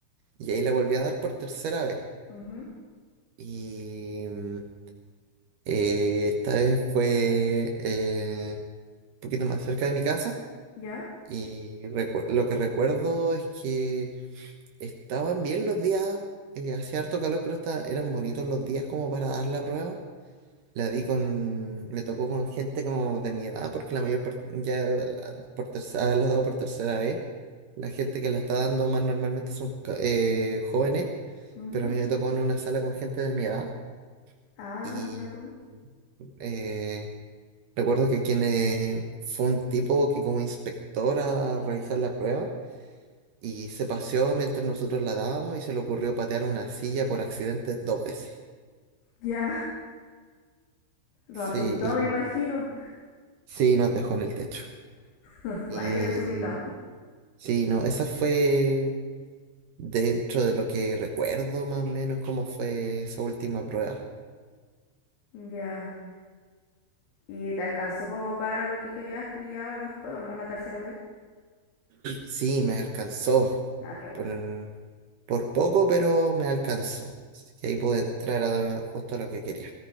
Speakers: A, on the right; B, on the left.
A: y ahí la volví a dar por tercera vez.
B: Ujú.
A: Y mm, eh, esta vez fue eh, un poquito más cerca de mi casa
B: Ya.
A: y recu- lo que recuerdo es que estaban bien los días, eh, hacía harto calor, pero esta- eran bonitos los días como para dar la prueba. La di con, me tocó con gente como de mi edad, porque la mayor parte, ya la- por tercera, haberla dado por tercera vez, la gente que la está dando más normalmente son ca- eh, jóvenes,
B: Ujú.
A: pero a mí me tocó en una sala con gente de mi edad
B: Ah,
A: y
B: mira tú.
A: eh, recuerdo que quien eh, fue un tipo que como inspector a revisar la prueba y se paseó mientras nosotros la dábamos y se le ocurrió patear una silla por accidente dos veces.
B: Ya. Lo
A: Sí,
B: asustó,
A: y
B: me imagino.
A: sí, nos dejó en el techo.
B: <laughs>
A: y
B: Ah, qué desubicado.
A: Sí, no, esa fue dentro de lo que recuerdo más o menos cómo fue esa última prueba.
B: Ya. ¿Y te alcanzó como para lo que querías estudiar después o no? La tercera vez.
A: Sí, me alcanzó.
B: Ah, qué bueno.
A: Por, por poco, pero me alcanzó. Así que ahí pude entrar a- justo a lo que quería.